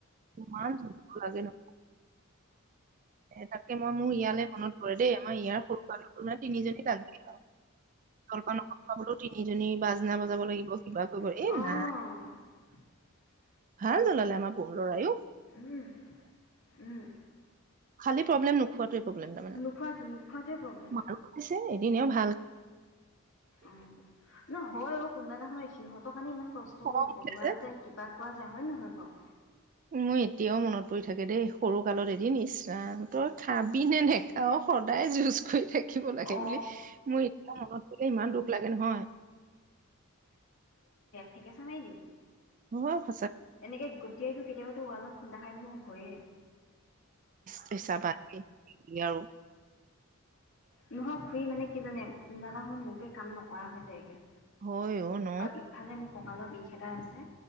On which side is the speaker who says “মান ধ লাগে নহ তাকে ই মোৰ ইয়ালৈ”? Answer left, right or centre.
Right